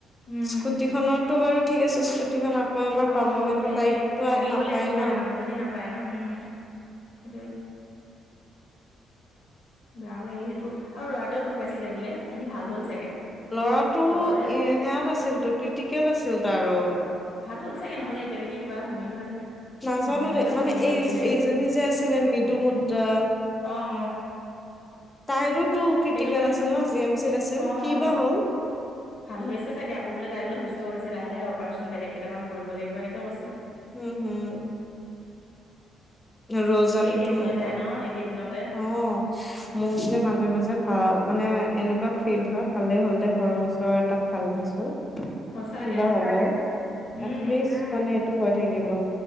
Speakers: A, on the left (about 75°); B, on the left (about 15°).
A: উম
B: স্কুটি খনৰতো বাৰু ঠিক আছে স্কুটিখন আকৌ এবাৰ পাব
A: অ,
B: কিন্তু
A: সেইটোৱে
B: তাইকতো
A: ভাগি
B: আন নাপায়
A: গলে একো
B: ন।
A: নাই মানুহজনী নাপ পায় ন উম, দে। বেয়াও লাগে সেইটো আৰু ল'ৰাটও দুখ পাইছিলে বোলে ত আহি ভাল হ'ল চাগে।
B: ল'ৰাটো
A: লগতে
B: এ সেয়াত আছিল তো ক্ৰিটিকেল আছিল তাৰো।
A: ভাল হ'ল চাগে নহ'লে এতিয়ালৈকে কিবা এটা শুনিলোহেঁতেন।
B: নাজানো
A: নোহোৱা হ'লে
B: দেই,
A: আকৌ
B: মানে
A: নিউজত
B: এই
A: দিলেহেঁতেন
B: এইজনী যে আছিলে মৃদু মুদ্ৰা।
A: অ, অ'।
B: তাইৰোতো ক্ৰিটিকেল
A: সেইটো কাহিনী
B: আছিল ন জি এম চিত আছিল
A: অ'
B: কি
A: অ'
B: বা হ'ল?
A: ভাল হৈছে চাগে। আকৌ বোলে তাই বোলে সুস্থ হৈছে লাহে লাহে অপাৰেচন বেলেগ কেটামান কৰিব লাগিব এনেকে কৈছিলে।
B: উম হুম। ৰজ
A: ধেৰ
B: আলিতো
A: কেচ
B: ম
A: হৈ যায়
B: অ।
A: ন একেইদিনতে
B: অ, মোৰ যে মাজে মাজে ভাল মানে। এনেকুৱা ফিল হয়, ভালেই হ'ল দে ঘৰৰ ওচৰৰ এটাক ভাল পাইছো।
A: সঁচাকে
B: কিবা হ'লে,
A: উম
B: এটলিষ্ট মানে এইটো হৈ থাকিব,